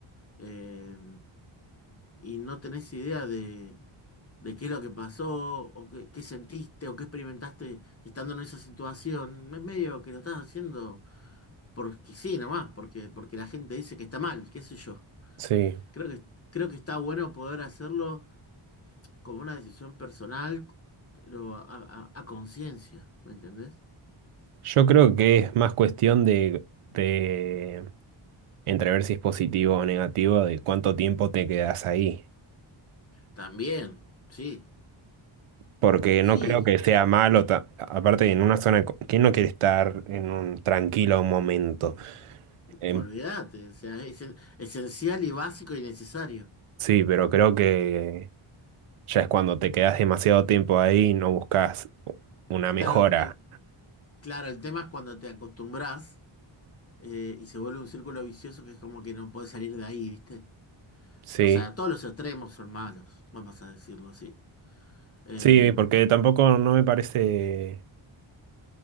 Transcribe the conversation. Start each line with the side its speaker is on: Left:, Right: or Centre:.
Left: eh, y no tenés idea de, de qué es lo que pasó, o qué, qué sentiste, o qué experimentaste estando en esa situación, es medio que lo estás haciendo porque sí, nomás, porque, porque la gente dice que está mal, qué sé yo.
Right: sí.
Left: Creo que, creo que está bueno poder hacerlo como una decisión personal, pero a, a- a conciencia, ¿me entendés?
Right: Yo creo que es más cuestión de, de entrever si es positivo o negativo, de cuánto tiempo te quedas ahí.
Left: También, sí,
Right: Porque
Left: sí,
Right: no creo que sea malo, ta- aparte en una zona, de co- ¿quién no quiere estar en un tranquilo momento? Em,
Left: olvídate, o sea, es es esencial y básico y necesario.
Right: sí, pero creo que ya es cuando te quedas demasiado tiempo ahí y no buscas una mejora.
Left: Claro, el, claro, el tema es cuando te acostumbras eh, y se vuelve un círculo vicioso que es como que no puedes salir de ahí, ¿viste?
Right: Sí.
Left: O sea, todos los extremos son malos, vamos a decirlo así. Em,
Right: Sí, porque tampoco no me parece,